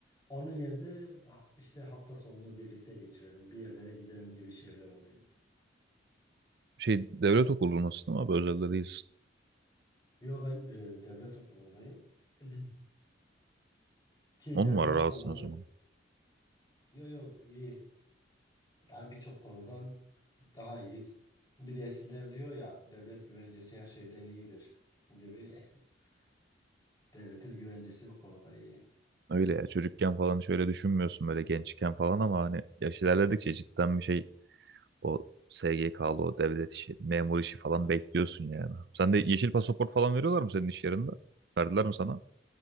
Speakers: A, on the left; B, on the right.
A: Onun yerine ha- işte hafta sonunu birlikte geçirelim, bir yerlere gidelim gibi şeyler oluyor.
B: Şey devlet okulundasın ama abi, özelde değilsin.
A: Yo ben e, devlet okulundayım. <clears throat> Ki
B: On
A: devlet
B: numara rahatsın
A: okulunda
B: o zaman.
A: yo yo iyi. Yani birçok konudan daha iyiyiz. Bir de eskiler diyor ya devlet güvencesi her şeyden iyidir gibi. <laughs> Devletin güvencesi o konuda iyi.
B: Öyle ya çocukken falan şöyle düşünmüyorsun böyle gençken falan ama hani yaş ilerledikçe cidden bir şey o SGK'lı o devlet işi, memur işi falan bekliyorsun yani. Sen de yeşil pasaport falan veriyorlar mı senin iş yerinde? Verdiler mi sana?